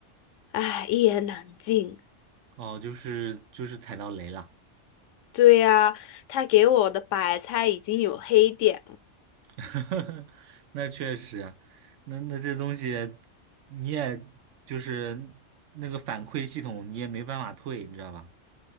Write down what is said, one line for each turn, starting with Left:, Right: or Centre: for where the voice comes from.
Left: 唉，一言难尽。
Right: 哦，就是就是踩到雷了，
Left: 对呀，他给我的白菜已经有黑点了。
Right: <laughs> 那确实啊，那那这东西你也就是那个反馈系统你也没办法退，你知道吧？